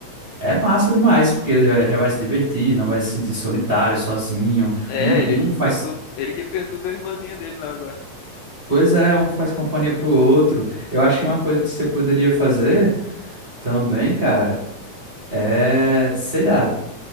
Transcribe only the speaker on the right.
é massa demais, porque ele já, já vai se divertir, não vai se sentir solitário, sozinho.
Um,
um faz
Pois é, um faz companhia pro outro. Eu acho que uma coisa que você poderia fazer também, cara, é, sei lá,